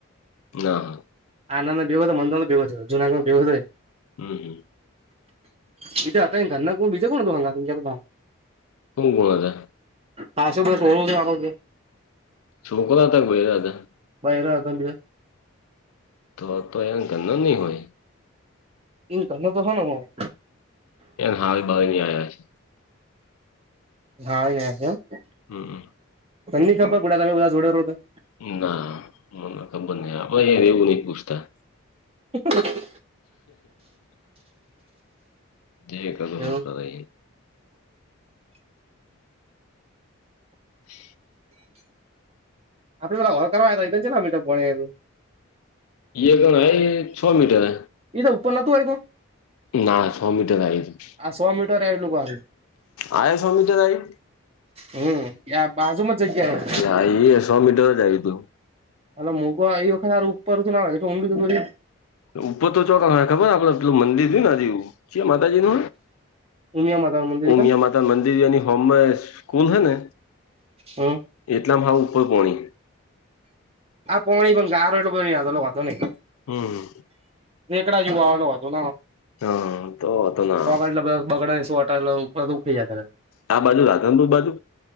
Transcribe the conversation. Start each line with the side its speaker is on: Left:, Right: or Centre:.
Left: ના હ
Right: આનંદ ભગ હતો મંદરનો ભગો થયો જનાગઢમાં ભગો થને
Left: હમ હમ
Right: બીજ આ હતા ઘરના બીજે કોણ હતું ભંગા તમ તો ભાન
Left: હમું કોણ જા
Right: હા શું ભાઈ થોડું જાણો
Left: શોકોલ તક ભયે
Right: બહરે આવ તજ
Left: તો તો એ ગનો નહી હોય
Right: એ ઘંધ તો હ ન મને
Left: એને હાલ બાવ ની આવયા છે
Right: હા એ છે એમ
Left: હમ
Right: તની ખબર બુા તમે બધા જોડે રો હતા
Left: ના મને ખબર નહ આપણે એ એવું નહી પૂછતા
Right: ઠ
Left: જે ક
Right: એવું
Left: હ
Right: આપડે પેલા ઘર કરવા છે મીઠોું
Left: ગણ છ મીટરૈ
Right: એ તો ઉપર નતું હોય્યું
Left: ના છ મીટર લાગી છે
Right: આ સો મીટર એલુંારું
Left: આ સૌમી તો તાઈ
Right: હમ બાજુમાં જ જગ્યા
Left: આઈ એ છ મીટર જાય હતું
Right: હા મુગવા એ વખત ઉપરું ના આવેઊું
Left: ઉપર તો ચોક ખબર આપડે પલું મંદિર થય ને આ જે છેી માતાજી ન
Right: ઉમિયા માદાનંદર
Left: ઓમ યા માતા મંદિર યા હોમ કોન હૈ ને
Right: હમ
Left: એટલામ હ ઉપર કોણીં
Right: આ પ્રમાણી પણ ગારો એટ યાદ હતો નહ
Left: હમ
Right: એકકડા યવા વાલો હતો
Left: હા તો તો ના
Right: એટ બ બગડાસો કટલા દખ જ્યારે
Left: આ બાજુ રાધન દુ બાજુ